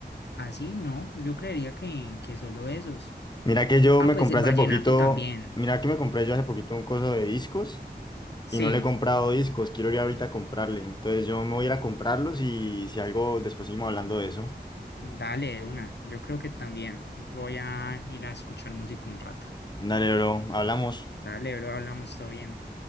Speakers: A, on the left; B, on the left.
A: así, no, yo creería que, que solo esos.
B: Mira que yo
A: Ah,
B: me
A: pues
B: compré
A: el vallenato
B: hace poquito,
A: también,
B: mira que me compré yo hace poquito un coso de discos.
A: sí.
B: y no le he comprado discos, quiero ir ahorita a comprarle. Entonces yo me voy a ir a comprarlos y si algo, después seguimos hablando de eso.
A: Dale, de una. Yo creo que también voy a ir a escuchar música un rato.
B: Dale, bro, hablamos.
A: Dale, bro, hablamos todo bien.